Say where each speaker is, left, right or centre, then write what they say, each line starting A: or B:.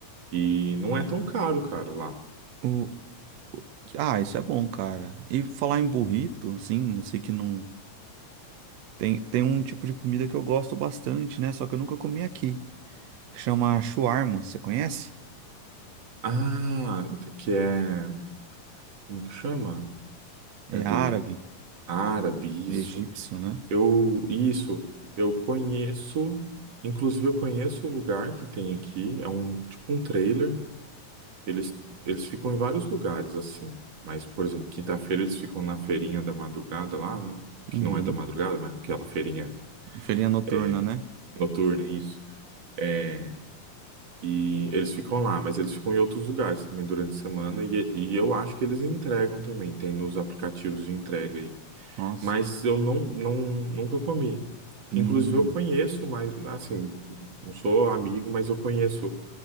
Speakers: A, on the right; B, on the right.
A: E não é tão caro, cara, lá.
B: o- o- ah, isso é bom, cara. E falar em burrito, assim, eu sei que não. Tem, tem um tipo de comida que eu gosto bastante, né? Só que eu nunca comi aqui. que chama shawarma, você conhece?
A: Ah, que é, como que chama?
B: É
A: É do
B: árabe,
A: árabe,
B: egípcio,
A: isso.
B: né?
A: Eu, isso, eu conheço, inclusive eu conheço o lugar que tem aqui, é um tipo um trailer Eles, eles ficam em vários lugares, assim. Mas, por exemplo, quinta-feira eles ficam na feirinha da madrugada lá, né? Que
B: Uhum.
A: não é da madrugada, mas aquela feirinha
B: Feirinha noturna,
A: é,
B: né?
A: noturna, isso. É, e eles ficam lá, mas eles ficam em outros lugares também durante a semana. E, e eu acho que eles entregam também, tem nos aplicativos de entrega aí.
B: Nossa.
A: Mas eu não, não, nunca comi.
B: Hum,
A: Inclusive, eu conheço, mas assim, não sou amigo, mas eu conheço